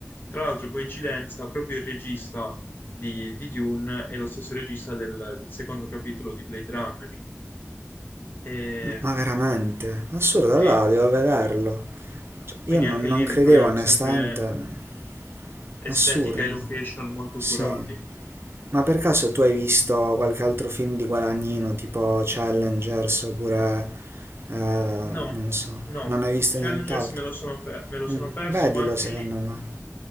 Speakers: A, on the left; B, on the right.
A: Tra l'altro, coincidenza, proprio il regista di, di Dune è lo stesso regista del, del secondo capitolo di Blade Runner. E,
B: M- Ma veramente? Assurdo,
A: sì,
B: allora devo vederlo.
A: sì, sì.
B: Cioè,
A: Quindi
B: io non,
A: anche
B: non
A: lì
B: credevo
A: ritroviamo
B: onestamente.
A: sempre
B: Assurdo,
A: estetica e location molto
B: sì.
A: curati.
B: Ma per caso tu hai visto qualche altro film di Guadagnino, tipo Challengers oppure... eh, non
A: No,
B: so,
A: no,
B: non hai visto
A: Challengers
B: nient'altro?
A: me lo sono, pe- me lo sono
B: Mm,
A: perso,
B: Vedilo
A: ma anche
B: secondo
A: lì...
B: me.